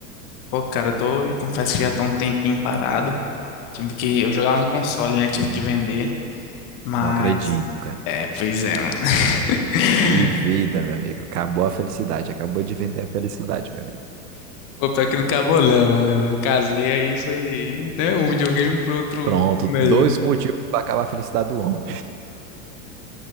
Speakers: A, on the left; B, on the right.
A: Pô, cara, eu tô. eu confesso que já tô um tempinho parado. Tive que. Eu jogava no console, né? Tive que vender. Mas.
B: Não acredito,
A: É, pois é, mano. <laughs>
B: Que vida, meu amigo. Acabou a felicidade. Acabou de vender a felicidade, meu amigo.
A: Pô, pior que não acabou não, mano. Eu casei aí, foi, né, um videogame pro outro
B: Pronto,
A: melhor.
B: dois motivos para acabar a felicidade do homem.